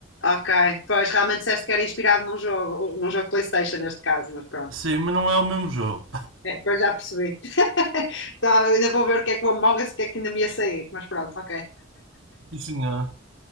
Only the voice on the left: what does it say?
Ok, pois realmente disseste que era inspirado num jogo, num jogo de PlayStation neste caso, mas pronto.
É, pois já percebi. <laughs> Então eu ainda vou ver o que é que o Among Us, o que é que ainda me ia sair, mas pronto, ok.